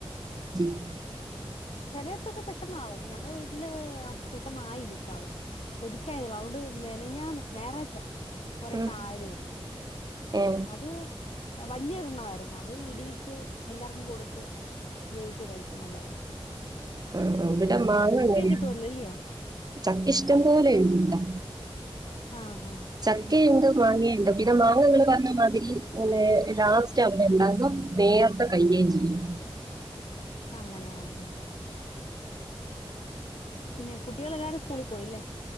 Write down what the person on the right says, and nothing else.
<unintelligible>
ഉം
ഏ
അഹ് അഹ് ഇവടെ മാങ്ങങ്ങനെയ
ചക്ക ഇഷ്ടം പോലെ ഇടാ
ചക്ക യുണ്ട് മാങ്ങീണ്ട് പിന്നെ മാങ്ങ ഇങ്ങനെ <unintelligible> ഇ ലെ ലാസ്റ്റ് അവിടെ ഇണ്ടാക്കും നേര്ത്ത് <unintelligible> <unintelligible>